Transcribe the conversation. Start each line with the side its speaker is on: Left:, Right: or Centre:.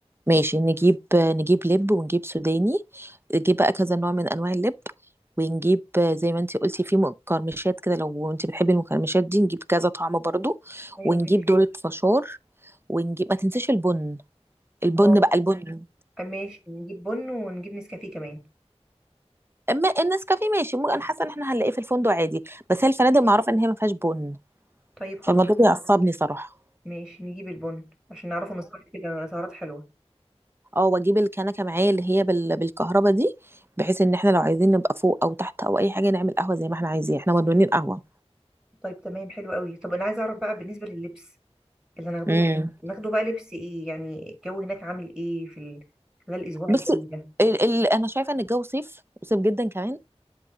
Right: ماشي نجيب نجيب لب ونجيب سوداني نجيب بقى كذا نوع من انواع اللب ونجيب زي ما انتي قلتي في مقرمشات كده لو انتي بتحبي المقرمشات دي نجيب كذا طعم برضو
Centre: ايوه
Right: ونجيب
Centre: ماشي
Right: دولة فشار ونجيب ما تنسيش البن البن
Centre: اه
Right: بقى البن
Centre: آه، ماشي نجيب بن ونجيب نسكافيه كمان
Right: اما النسكافيه ماشي ممكن انا حاسه ان احنا هنلاقيه في الفندق عادي بس هي الفنادق معروفه ان هي ما فيهاش بن
Centre: طيب خلاص
Right: فالموضوع ده بيعصبني صراحه
Centre: ماشي نجيب البن عشان نعرفه نسهر كده سهرات حلوه
Right: اه واجيب الكنكه معايا اللي هي بال... بالكهرباء دي بحيث ان احنا لو عايزين نبقى فوق او تحت او اي حاجه نعمل قهوه زي ما احنا عايزين احنا مدمنين قهوه
Centre: طيب تمام حلو قوي طب انا عايزه اعرف بقى بالنسبه لللبس اللي هناخدوه
Right: امم
Centre: مع- ناخده بقى لبس ايه يعني الجو هناك عامل ايه في ال... خلال الاسبوع الجاي
Right: بس
Centre: ده
Right: ال... ال... انا شايفه ان الجو صيف صيف جدا كمان